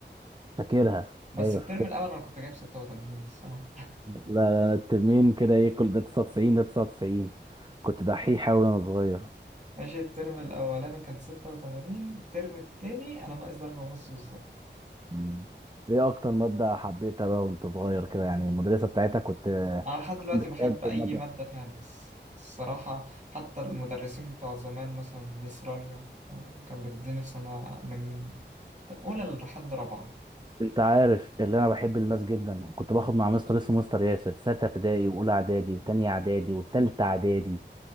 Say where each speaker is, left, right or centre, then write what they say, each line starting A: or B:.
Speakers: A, on the right; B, on the right.
A: فاكرها
B: بس
A: ايوه
B: الترم
A: فاكرها
B: الأول أنا كنت جايب ستة وتمانين الصراحة <laughs>
A: لا لا الترمين كده ايه كل ده 99 ده 99 كنت دحيح اوي وانا صغير
B: ماشي الترم الأولاني كان ستة وتمانين الترم التاني أنا ناقص درجة ونص بالظبط
A: مم. ايه اكتر مادة حبيتها بقى وانت صغير كده يعني المدرسة بتاعتها كنت
B: أنا لحد دلوقتي
A: عشان بتحب
B: بحب أي
A: المادة
B: مادة فيها ماس الصراحة حتى المدرسين بتوع زمان مثلا ميس رانيا فاهم؟ كان بتديني في سنة من أولى لحد رابعة
A: انت عارف اللي انا بحب الماس جدا كنت باخد مع مستر اسمه مستر ياسر ستة ابتدائي واولى اعدادي وتانية اعدادي وتالتة اعدادي